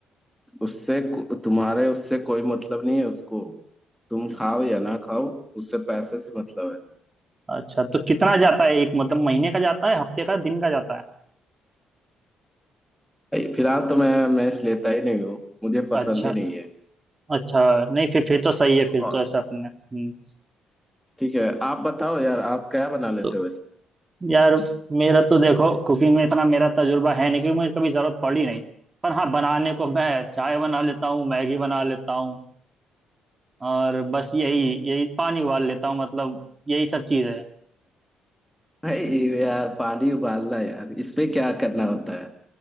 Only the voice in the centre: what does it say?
उससे को- तुम्हारे उससे कोई मतलब नहीं है उसको तुम खाओ या ना खाओ उससे पैसे से मतलब है
भाई फिलहाल तो मैं मैस लेता ही नहीं हूँ मुझे पसंद
ही नहीं है
और
ठीक है आप बताओ यार आप क्या बना लेते
हो वैसे
भाई यार पानी उबालना यार इसपे क्या करना होता है